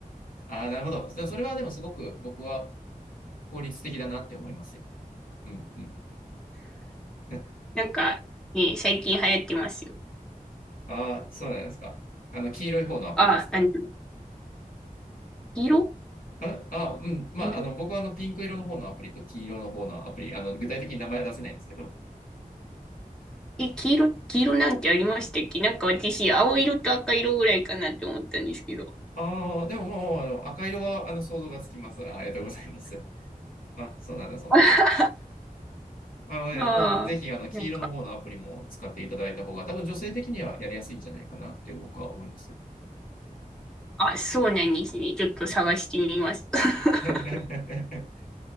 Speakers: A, on the left (about 70°); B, in the centre.
A: ああ、なるほど。そそれはでもすごく僕は効率的だなって思いますよ。うんうん。<laughs>
B: なんか、ね、最近流行ってますよ。
A: ああ、そうなんですか。あの、黄色い方のアプリですか。
B: あ、あの、色
A: ああ、うん。まあ、
B: 色
A: あの、僕はあの、ピンク色の方のアプリと黄色の方のアプリ、あの、具体的に名前は出せないんですけど。
B: え、黄色、黄色なんてありましたっけなんか私、青色と赤色ぐらいかなって思ったんですけど。
A: ああ、でももう、あの、赤色は、あの、想像がつきます。ありがとうございます。あ、そうなんだ、そうなんだ。
B: <laughs>
A: あのね、
B: ああ、
A: もう、ぜひ、あの、黄色の方のアプリも使っていただいた方が、
B: なんか、
A: 多分女性的にはやりやすいんじゃないかなって僕は思います。
B: あ、そうなんですね。ちょっと探してみます。
A: うん
B: <laughs>
A: <laughs>